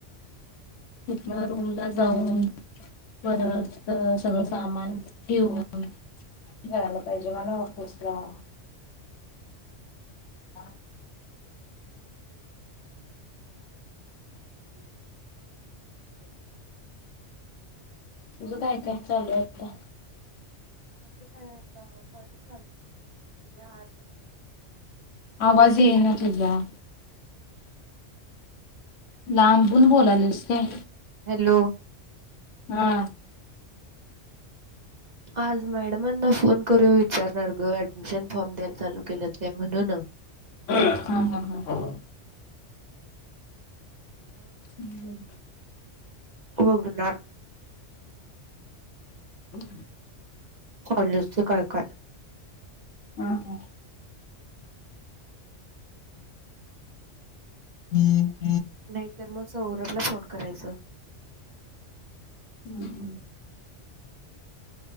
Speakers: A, on the left (about 85°); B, on the right (about 40°).
A: तिथन रूम ला जाऊन पर सगळं सामान ठेवून जायला पाहिजे मला ऑफिसला ह
B: <inaudible>
A: तुझं काय काय चालू आता
B: माझं काय आता कॉलेज चालू उद्या आता
A: आवाज येईना तुझा लांबुून बोलालस काय
B: हॅलो
A: हा
B: आज मॅडमांना फोन करून विचारणार ग ऍडमिशन फॉर्म द्यायला चालू केलेत काय म्हणून
A: हा हा हा हम्
B: होघणारणार
A: हम
B: कॉलेजचे काय काय
A: ह ह <unintelligible>
B: नाहीतर मग सौरभला फोन करायचं
A: हम् ह